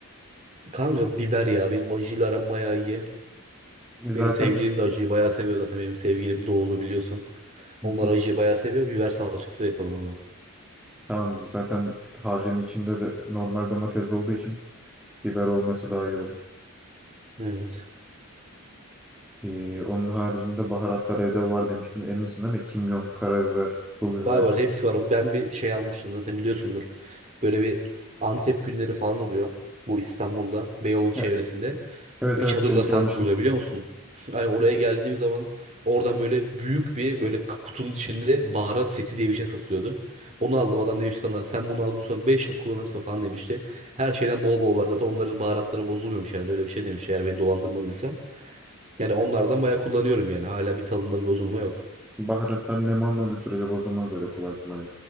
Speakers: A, on the right; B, in the centre.
A: Kanka biber ya benim acıyla aram bayağı iyi.
B: E, Zaten
A: Benim sevgilim de acıyı bayağı seviyor zaten. Benim sevgilim doğulu biliyorsun.
B: Hı
A: Onlar
B: hı,
A: acıyı bayağı seviyor. Biber salçası yapalım bunu.
B: tamamdır. Zaten harcın içinde de normal domates de olduğu için biber olması daha iyi olur.
A: Evet.
B: Ee, onun haricinde baharatlar evde var demiştin. Eminsin değil mi? Kimyon, karabiber, pul biber.
A: Var var hepsi var. Ben bir şey almıştım zaten biliyorsundur. Böyle bir Antep günleri falan oluyor. Bu İstanbul'da Beyoğlu çevresinde.
B: E, Evet
A: Üç
B: evet
A: çadırlar
B: denk
A: falan
B: gelmiştim.
A: kuruluyor biliyor musun? <laughs> Hani oraya geldiğim zaman oradan böyle büyük bir böyle k- kutunun içinde baharat seti diye bir şey satılıyordu. Onu aldım adam demiş sana sen bunu al bu sana 5 yıl kullanırsın falan demişti. Her şeyden bol bol var zaten onların baharatları bozulmuyormuş herhalde öyle bir şey demiş eğer beni dolandırmadıysa. Yani onlardan bayağı kullanıyorum yani hala bir tadında bir bozulma yok.
B: Baharatlar nem almadığı sürece bozulmaz öyle kolay kolay.